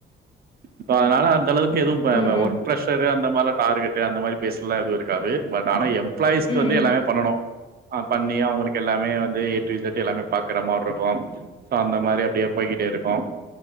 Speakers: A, on the right; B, on the left.
A: இப்ப அதனால அந்த அளவுக் ஒர்க் எதுவு ப
B: ம்
A: ப
B: ம்
A: ஒர்க் ப்ரஷரு அந்த மாரிலா டார்கெட்டு அந்த மாரி பேஸ்லா எதுவு இருக் காது பட் ஆனா எம்ப்ளாய்ஸ்க்கு
B: ம்
A: வந்து
B: ம்
A: எல்லாமே பண்ணனோ ஆ பண்ணி அவுங்குளுக்கு எல்லாமே வந்து ஏ டு இசட்டு எல்லாமே பாக்குற மார்ருக்கோ சோ அந்த மாரி அப்டியே போய்கிட்டே இருக்கோ